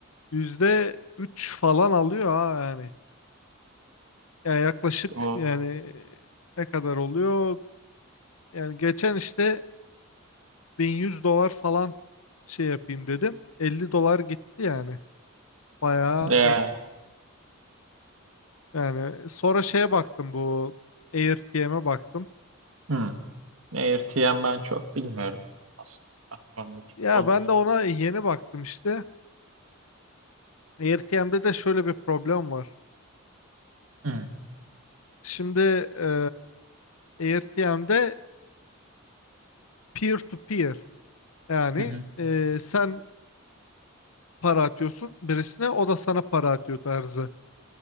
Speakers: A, on the left (about 85°); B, on the right (about 75°).
A: yüzde üç falan alıyor ha yani. Yani yaklaşık
B: Bu
A: yani e, ne kadar oluyor? Yani geçen işte 1100 dolar falan şey yapayım dedim. 50 dolar gitti yani. Bayağı
B: ya.
A: e, yani sonra şeye baktım bu AirTM'e baktım.
B: Hı. AirTM ben çok bilmiyorum. Nasıl bir platformda telefon.
A: Ya ben de ona yeni baktım işte. AirTM'de de şöyle bir problem var.
B: Hı.
A: Şimdi e, AirTM'de peer to peer. Yani
B: Hı hı.
A: e, sen para atıyorsun birisine o da sana para atıyor tarzı.